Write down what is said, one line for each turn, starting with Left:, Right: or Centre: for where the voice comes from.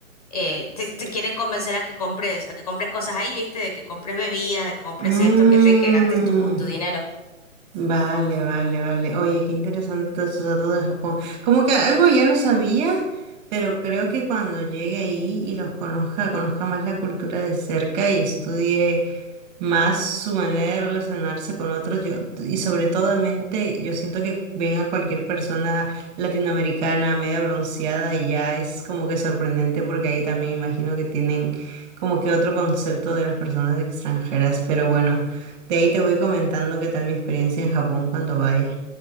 Left: eh, te, te quieren convencer a que compres, a que compres cosas ahí, ¿viste? De que compres bebidas, de que compres
Right: Mm,
Left: esto, que, sí, que gastes tu, tu dinero.
Right: Vale, vale, vale. Oye, qué interesante todos esos datos de Japón. Como que algo ya lo sabía, pero creo que cuando llegue ahí y los conozca, conozca más la cultura de cerca y estudie. más su manera de relacionarse con otros, yo, y sobre todo, mente, yo siento que ven a cualquier persona latinoamericana media bronceada y ya es como que sorprendente porque ahí también imagino que tienen como que otro concepto de las personas extranjeras, pero bueno, de ahí te voy comentando qué tal mi experiencia en Japón cuando vaya.